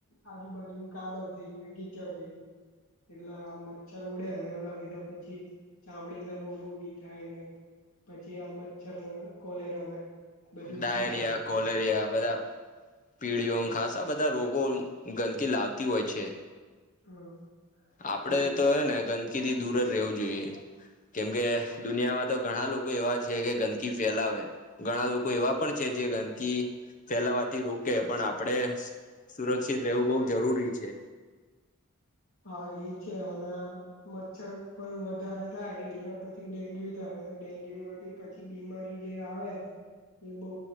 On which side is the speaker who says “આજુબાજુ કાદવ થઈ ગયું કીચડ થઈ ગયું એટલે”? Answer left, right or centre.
Left